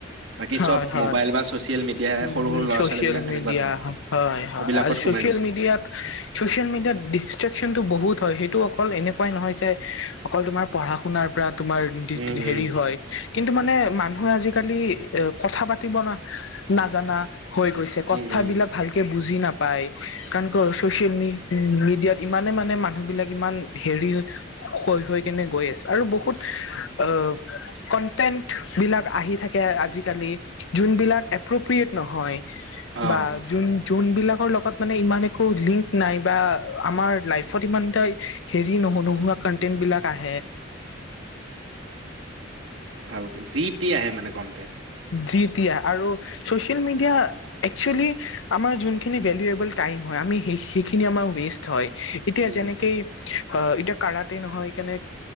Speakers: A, on the right; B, on the left.
A: বাকী
B: হয়
A: চব
B: হয়
A: মোবাইল বা চচিয়েল মিডিয়াই
B: উম,
A: সৰু সৰু ল'ৰা-
B: ছ'চিয়েল
A: ছোৱালী বিলাক সেনেকুৱা
B: মিডিয়া
A: ধৰণৰ।
B: হয় হয়
A: এইবিলাকত
B: আৰু
A: সোমাই
B: চচিয়েল
A: গৈছে
B: মিডিয়াত চচিয়েল মিডিয়াত ডিচট্ৰেকশ্বনটো বহুত হয়। সেইটো অকল এনেকুৱাই নহয় যে অকল তোমাৰ পঢ়া শুনাৰ পৰা তোমাৰ
A: উম উম
B: হেৰি হয় কিন্তু মানে মানুহে আজিকালি এ কথা পাতিব ন নাজানা হৈ গৈছে, কথাবিলাক
A: উম উম
B: ভালকে বুজি নাপ পাই, কাৰণ ক চচিয়েল মি মিডিয়াত ইমানে মানে মানুহ বিলাক ইমান হেৰি হৈ হৈ কেনে গৈ আছে আৰু বহুত অ কনটেন্ট বিলাক আহি থাকে আজি আজি কালি যোনবিলাক এপ্ৰপিয়েত নহয়
A: অ
B: বা যোন যোনবিলাকৰ লগত মানে ইমান একো লিংক নাই বা আমাৰ লাইফত ইমান এটা হেৰি ন নোহোৱা কন্টেন্ট বিলাক আহে।
A: ভালকে যি তি আহে মানে কন্টেন।
B: যি তি আৰু ছচিয়েল মিডিয়া একচুৱেলী আমাৰ যোনখিনি ভেলোয়েবাল টাইম টাইম হয় আমি সেই সেইখিনি আমাৰ ৱেষ্ট হয়। এতিয়া
A: উম।
B: যেনেকেই, অ' এতিয়া কাৰাতেই নহয় কেনে